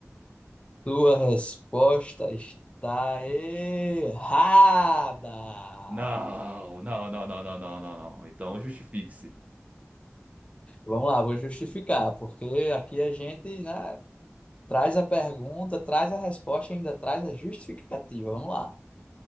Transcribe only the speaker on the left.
Sua resposta está errada.
Vamos lá, vou justificar, porque aqui a gente, né, traz a pergunta, traz a resposta, e ainda traz a justificativa. Vamos lá.